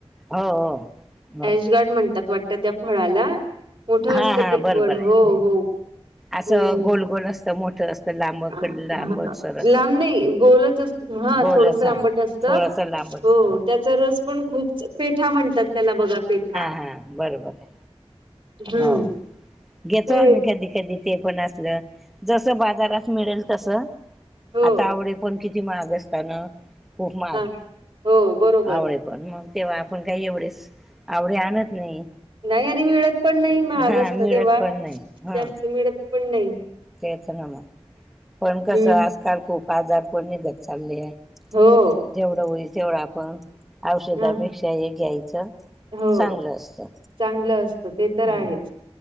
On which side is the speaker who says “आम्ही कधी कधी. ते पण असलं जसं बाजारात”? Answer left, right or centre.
Centre